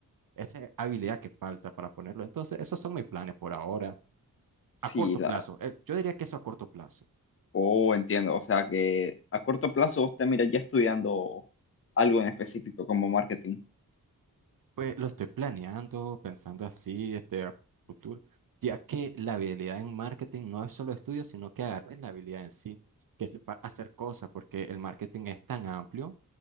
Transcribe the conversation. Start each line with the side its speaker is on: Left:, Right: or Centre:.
Right: esa habilidad que falta para ponerlo. Entonces, esos son mis planes por ahora,
Left: Sí,
Right: a corto
Left: la,
Right: plazo. eh, yo diría que eso a corto plazo.
Left: oh, entiendo. O sea que a corto plazo usted mira ya estudiando algo en específico como marketing.
Right: Pues lo estoy planeando, pensando así, este, a futuro, ya que la habilidad en marketing no es solo estudio, sino que agarres la habilidad en sí, que sepa hacer cosas, porque el marketing es tan amplio